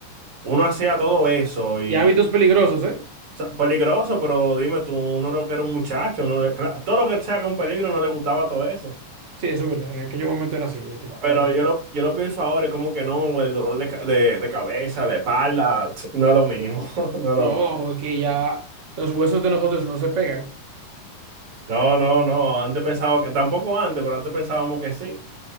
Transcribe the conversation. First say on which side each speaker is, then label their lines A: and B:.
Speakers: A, on the right (about 45°); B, on the right (about 65°).
A: uno hacía todo eso y
B: Y hábitos peligrosos, ¿eh?
A: o sea, peligroso, pero dime tú, uno era que era un muchacho, uno le- claro, todo lo que sea con peligro no le gustaba todo eso.
B: Sí, eso es verdad. En aquel momento era así, ya te ima-
A: Pero
B: en verdad.
A: yo lo, yo lo pienso ahora y como que no, el dolor de, ca- de, de cabeza, la espalda, <tsk> no es lo mismo, <laughs> no es lo
B: No,
A: mismo.
B: es que ya los huesos de nosotros no se pegan.
A: No, no, no, antes pensaba que, tampoco antes, pero antes pensábamos que sí.